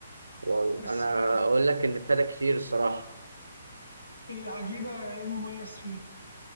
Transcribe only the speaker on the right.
والله
انا
اقول لك ان ابتدى كتير الصراحه